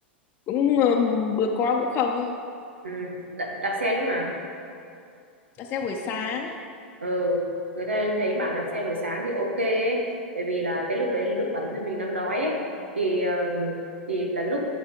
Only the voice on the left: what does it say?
cũng ờ, bữa có bữa không
đạp xe buổi sáng